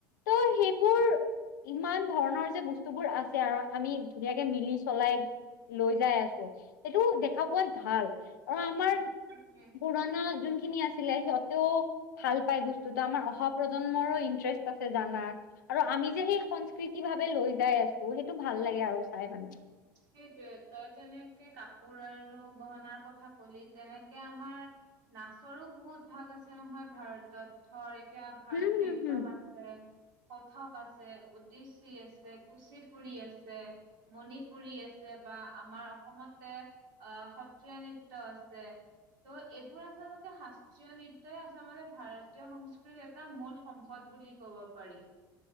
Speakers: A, on the left; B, on the right.
A: ত সেইবোৰ ইমান ধৰণৰ যে বস্তুবোৰ আছে আৰু আমি ধুনীয়াকে মিলি চলাই লৈ যাই আছোঁ সেইটো দেখা পোৱাত ভাল আৰু আমাৰ
B: তাকে
A: পুৰণা যোনখিনি আছিলে সিহঁতেও ভাল পাই বস্তুতো আমাৰ অহা প্ৰজন্মৰো ইন্টাৰেষ্ট আছে জানা আৰু আমি যে সেই সংস্কৃতি ভাৱে লৈ যাই আছোঁ সেইটো ভাল লাগে আৰু চাই মানে
B: সেইটোৱে তই যেনেকে কাপোৰ আৰু গহনাৰ কথা কলি তেনেকে আমাৰ নাচৰো বহুত ভাগ আছে নহয় ভাৰতত ধৰ এতিয়া ভাৰত
A: উম, হুম,
B: নৃত্যম
A: হুম।
B: আছে, কথক আছে, উদ্দেশি আছে, কুচিপুৰি আছে, মনি পুৰী আছে বা আমাৰ অসমতে আহ সত্ৰীয়া নৃত্য আছে তো এইবোৰ আচলতে সা সত্ৰীয়া নৃত্যই আচলতে মানে ভাৰতীয় সংস্কৃতিৰ এটা মূল সম্পদ বুলি কব পাৰি